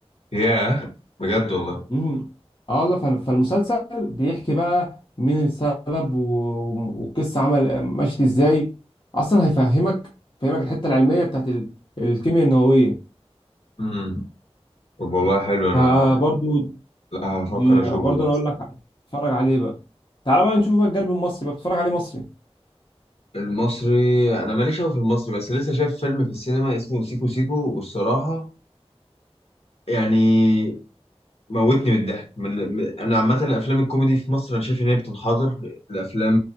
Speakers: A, on the left; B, on the left.
A: ياه بجد والله
B: امم اه والله فال- فالمسلسل بيحكي بقى مين السبب و- والقصه عمل مشت ازاي اصلا هيفهمك فهمك الحته العلميه بتاعت ال- الكيمياء النوويه
A: امم طب والله حلو انا
B: فبرضو
A: لا هفكر
B: دي
A: اشوفه
B: برضه
A: ده
B: انا
A: بصراحه
B: اقول لك اتفرج عليه بقى تعالى بقى نشوف بقى الجانب المصري بقى بتتفرج عليه مصري
A: المصري انا ماليش قوي في المصري بس لسه شايف فيلم في السينما اسمه سيكو سيكو والصراحه يعني موتني من الضحك من... من... انا عامه الافلام الكوميدي في مصر انا شايف ان هي بتنحدر الافلام